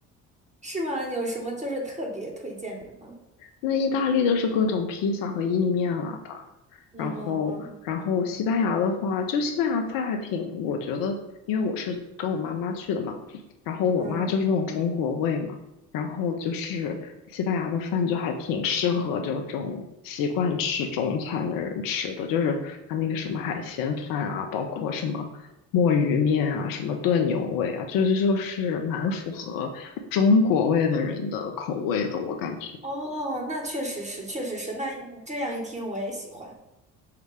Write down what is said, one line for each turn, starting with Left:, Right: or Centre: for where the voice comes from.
Right: <laughs> 是吗？有什么就是特别推荐的吗？
Left: 那意大利就是各种披萨和意面了吧？
Right: 嗯嗯嗯
Left: 然后，然后西班牙的话，就西班牙菜还挺，我觉得，因为我是跟我妈妈去的嘛，然后我妈就是那种中国胃嘛，
Right: 嗯，
Left: 然后就是西班牙的饭就还挺适合就是这种习惯吃中餐的人吃的，就是它那个什么海鲜饭啊，包括什么墨鱼面啊，什么炖牛尾啊，就就就是蛮符合中国味的人的口味的，我感觉。
Right: 哦，那确实是，确实是，那这样一听我也喜欢。